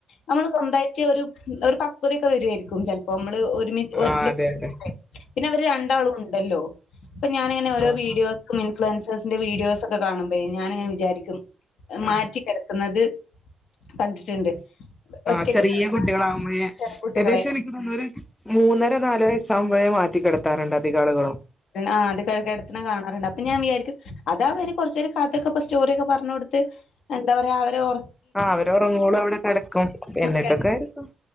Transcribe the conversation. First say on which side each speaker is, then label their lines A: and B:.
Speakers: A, on the left; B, on the left.
A: നമ്മള് സ്വന്തയിട്ട് ഒരു ഒരു പക്കോതെക്കെ വെരു ആയിരിക്കും ചെൽപ്പം അമ്മള് ഒരുമി
B: ആഹ്
A: ഒറ്റ
B: അതെ അതെ
A: <unintelligible> പിന്നെ അവര് രണ്ടാളും ഇണ്ടല്ലോ അപ്പൊ ഞാനിങ്ങനെ ഓരോ
B: ആഹ്
A: വീഡിയോസ് ഇൻഫ്ലുവൻസേഴ്സിന്റെ വീഡിയോസ് ഒക്കെ കാണുമ്പഴേ ഞാനിങ്ങനെ വിചാരിക്കും മാറ്റിക്കിടത്ത്ന്നത്
B: ആഹ്
A: കണ്ടിട്ടുണ്ട് ഒറ്റയ്ക്ക്
B: ആഹ് ചെറിയ
A: കിടക്കണ
B: കുട്ടികളാവുമ്പയേ
A: ചെറിയ കുട്ടികളെ.
B: ഏകദേശം ഒര് മൂന്നര നാല് വയസ്സാകുമ്പഴേ മാറ്റി കിടത്താറുണ്ട് അധികാളുകളും
A: ആഹ് അത് കിടത്ത്ണത് കാണാറുണ്ട് അപ്പൊ ഞാൻ വിചാരിക്കും അതാ അവര് കോർച്ചെരം കഥയൊക്കെ ഇപ്പ സ്റ്റോറിക്കെ പറഞ് കൊടുത്ത് എന്താ പറയാ അവര് ഒർ
B: ആഹ് അവര് ഒർങ്ങോളും അവിടെ കെടക്കും എന്നിട്ടൊക്കൊ
A: കിടന്നു.
B: ആയിരിക്കും